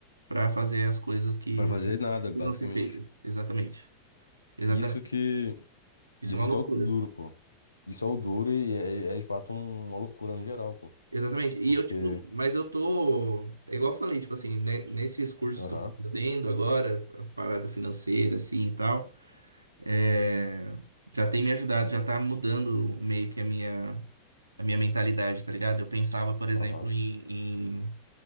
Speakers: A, on the right; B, on the left.
A: pra fazer as coisas que
B: Pra fazer nada,
A: não
B: basicamente.
A: ser feitas. Exatamente. Exatamente.
B: Isso que.
A: Isso
B: Isso
A: é uma loucura.
B: que é o duro, pô. Isso é o duro e é, é é de fato um- uma loucura no geral, pô.
A: Exatamente. E
B: Porque.
A: eu, tipo, mas eu tô, é igual eu falei, tipo assim, né, nesses cursos
B: Aham,
A: que eu tô fazendo agora, a parada financeira, assim e tal, é, já tem me ajudado, já tá mudando meio que a minha, a minha mentalidade, tá ligado? Eu pensava, por exemplo,
B: aham.
A: em, em,